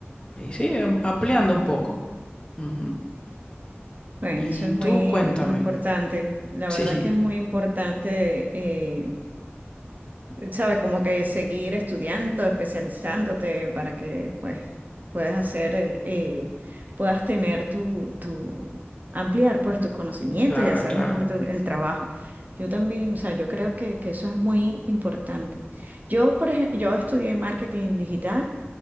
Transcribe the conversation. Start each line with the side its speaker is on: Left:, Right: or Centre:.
Left: y sí, am- ampliando un poco. Ujú.
Right: bueno,
Left: Y
Right: eso es
Left: tú
Right: muy,
Left: cuéntame.
Right: muy importante.
Left: <laughs>
Right: La
Left: Sí,
Right: verdad que es muy importante eh, sabes, como que seguir estudiando, especializándote para que pues puedas hacer, eh, eh, puedas tener tu, tu, ampliar pues tus conocimientos
Left: claro,
Right: y hacer
Left: claro.
Right: mejor tu- el trabajo. Yo también, o sea, yo creo que, que eso es muy importante. Yo, por ejemplo, yo estudié marketing digital,